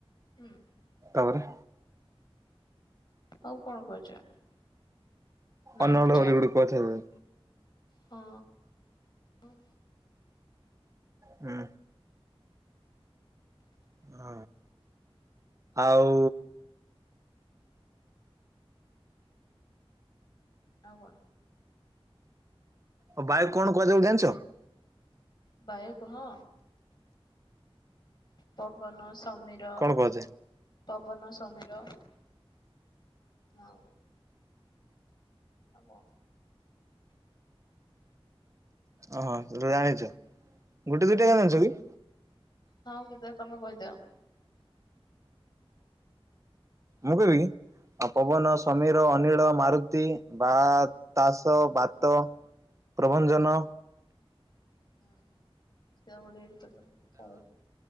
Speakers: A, on the left; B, on the right.
A: ହୁଁ।
B: ଆରେ।
A: ଆଉ କଣ କୁହାଯାଏ। ନା
B: ଅନଳ
A: ମୁଁ ଜାଣିନି।
B: ବୋଲି ଗୋଟେ କୁହାଯାଏ।
A: ହଁ ହଁ।
B: ହୁଁ। ହ ଆଉ।
A: ଆ କଣ
B: ଆ ବାାଇ କଣ କୁହାଯା ବୋଲି ଜାଣିଛ।
A: ବାାଇ କ ହଁ। ପବନ ସମୀର
B: କଣ କୁହାଯାଏ?
A: ପବନ ସମୀର ଆଉ ଆ କ
B: ଓ ହଁ ସେ ଜାଣିଛ। ଗୋଟେ ଦୁଇଟା ଜାଣିଛ କି।
A: ହଉ କି ସ ତମେ କହିଦିଅ।
B: ମୁଁ କହିବି କି ଆଉ ପବନ ସମୀର ଅନୀଳ ମାରୁତି ବା ତାସ ବାତ ପ୍ରଭଞ୍ଜନ
A: ହୁଁ ସେଉ ପଥା ଥା